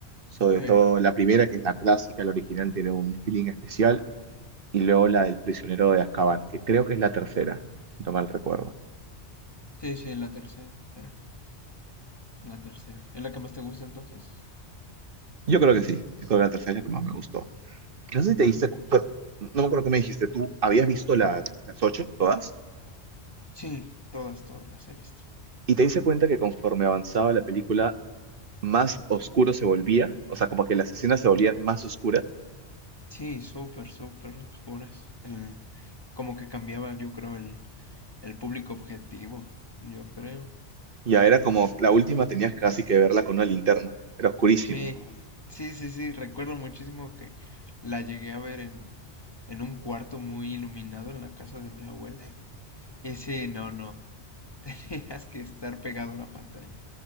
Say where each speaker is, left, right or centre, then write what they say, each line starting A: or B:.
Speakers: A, on the right (about 55°); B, on the left (about 25°).
A: Sobre
B: Sí,
A: todo la primera, que es la clásica, la original, tiene un feeling especial. y luego la del prisionero de Azkaban, que creo que es la tercera, si no mal recuerdo.
B: Sí, sí, la tercera, la tercera. ¿Es la que más te gusta entonces?
A: Yo creo que sí, yo creo que la tercera es la que más me gustó. No sé si te diste, cu- pero no me acuerdo qué me dijiste, tú habías visto las, las ocho, todas,
B: Sí, todas, todas las he visto.
A: y te diste cuenta que conforme avanzaba la película, más oscuro se volvía, o sea, como que las escenas se volvían más oscuras,
B: Sí, súper, súper oscuras. El- como que cambiaba, yo creo, el, el público objetivo, yo creo.
A: y ya era como, la última tenías casi que verla con una linterna, era oscurísima.
B: Sí, sí, sí, sí, recuerdo muchísimo que la llegué a ver en, en un cuarto muy iluminado en la casa de mi abuela. Y sí, no, no, <laughs> tenías que estar pegado a la pantalla,